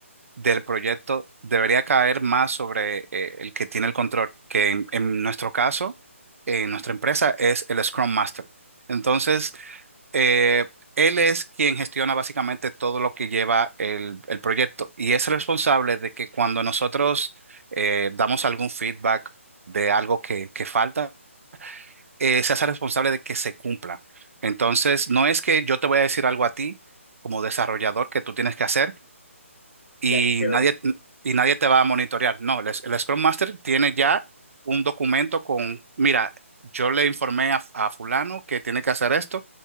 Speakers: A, on the right; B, on the left.
A: del proyecto debería caer más sobre eh, el que tiene el control, que en, en nuestro caso, en nuestra empresa, es el Scrum Master. Entonces, eh, él es quien gestiona básicamente todo lo que lleva el, el proyecto y es el responsable de que cuando nosotros eh, damos algún feedback de algo que, que falta, eh, se hace responsable de que se cumpla. Entonces, no es que yo te voy a decir algo a ti como desarrollador que tú tienes que hacer, y
B: Y ahí quedó.
A: nadie, y nadie te va a monitorear. No, el, el Scrum Master tiene ya un documento con, mira, yo le informé a, a fulano que tiene que hacer esto